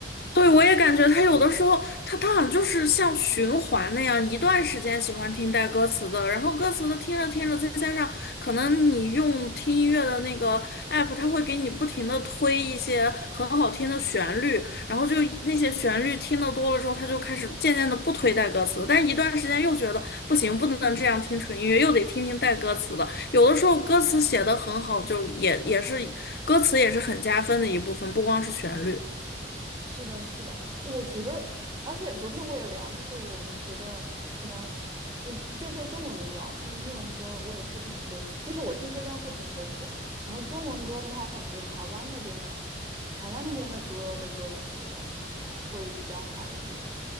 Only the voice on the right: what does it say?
是的，是的，我觉得，而且昨天我也聊，就是我们觉得可能，那就说中文歌啊，因为英文歌我也不听歌词，就是我听歌一般不听歌词，然后中文歌的话，我感觉台湾那边的，台湾那边的歌的歌词写的会比较好一点，